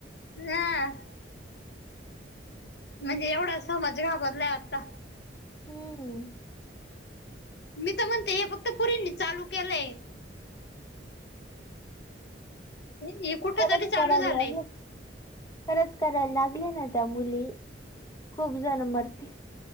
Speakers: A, on the left; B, on the left.
A: <unintelligible> म्हणजे एवढा समाज घाबरलाय आता
B: हम्म
A: मी तर म्हणते हे फक्त पुरी चालू केलंय हे कुठ
B: खरंच
A: तरी चालू
B: करायला
A: झालंय
B: लागु खरंच करायला लागले ना त्या मुली खूप जण मरतील